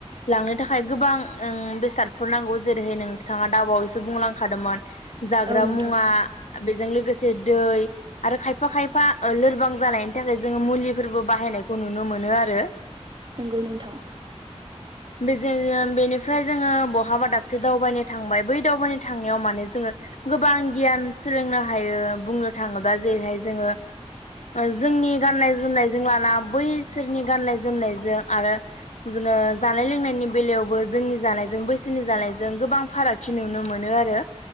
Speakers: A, on the left; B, on the right.
A: लांनो थाखाय गोबां उम बेसादफोर नांगौ जेरैहाय नोंथाङा दाबावैसो बुंलांखादोंमोन जाग्रा
B: औ नोंथां
A: मुवा बेजों लोगोसे दै आरो खायफा खायफा ओ लोरबां जानाय थाखाय जोङो मुलिफोरबो बाहायनायखौ नुनो मोनो आरो
B: नंगौ नोंथां।
A: <unintelligible> बेनिफ्राय जोङो बहाबा दाबसे दावबायनो थांबाय बै दावबायनो थांनायाव माने जोङो गोबां गियान सोलोंनो हायो बुंनो थाङोबा जेरैहाय जोङो ओज गाननाय जोमनायजों लाना बैसोरनि गाननाय जोमनायजों आरो जोङो जानाय लोंनायनि बेलायावबो जोंनि जानायजों बैसोनि जानायजों गोबां फारागथि नुनो मोनो आरो